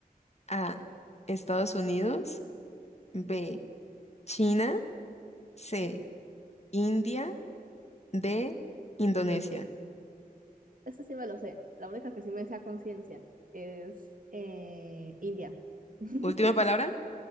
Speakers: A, on the left; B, on the right.
A: A. Estados Unidos. B. China. C. India. D. Indonesia.
B: Este sí me lo sé. La única que sí me sé a conciencia es eh, India. <laughs>
A: Última palabra.